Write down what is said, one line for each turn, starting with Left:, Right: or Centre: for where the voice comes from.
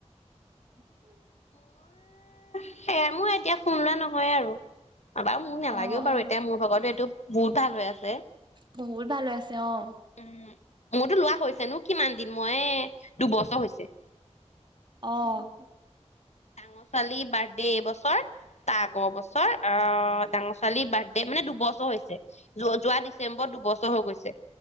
Right: উম',
Left: স মোৰ এতিয়া কোমলোৱা নহয় আৰু। কাৰবাৰ মোৰ নালাগেও
Right: অ অ
Left: বাৰু এতিয়া মোৰ ভগতে এইটো বহুত হাল আৰু <unintelligible>
Right: বহুত ভালে আছে অ',
Left: উম, মোৰতো লোৱা হৈছে নো? কিমান দিম মই, দুবছৰ হৈছে।
Right: অহ ',
Left: ডাঙৰ ছোৱালীৰ বাৰ্থডে এইবছৰ তাক অ', বছৰ আহ', ডাঙৰ ছোৱালীৰ বাৰ্থডে মানে দুবছৰ হৈছে, যোৱা -যোৱা ডিচেম্বৰত দুবছৰ হৈ গৈছে।